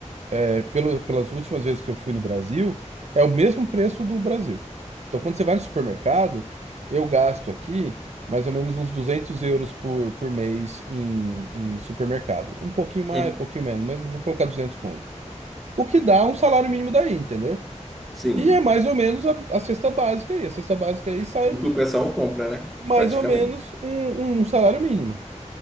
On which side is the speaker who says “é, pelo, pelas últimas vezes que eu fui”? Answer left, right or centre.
Right